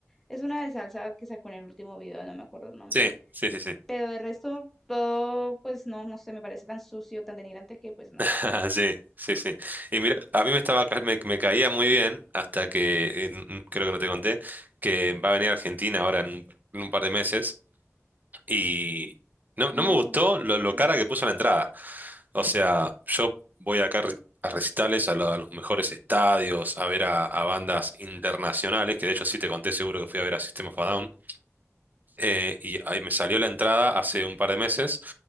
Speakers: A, in the centre; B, on the right (about 35°).
A: es una de salsa que sacó en el último video, no me acuerdo el nombre,
B: Sí, sí, sí, sí.
A: pero de resto todo, pues no, no sé, me parece tan sucio, tan denigrante que pues no,
B: <laughs>
A: no,
B: Sí, sí, sí. Y mira, a mí me estaba, ca- me, me caía muy bien hasta que, eh, n- n- creo que no te conté, que va a venir a Argentina ahora en, un en un par de meses y no,
A: no.
B: no me gustó lo, lo
A: Mm,
B: cara que puso la entrada. O sea, yo voy acá re- a recitales, a, lo- a los mejores estadios, a ver a, a bandas internacionales, que de hecho sí te conté seguro que fui a ver a System of a Down eh, y ahí me salió la entrada hace un par de meses,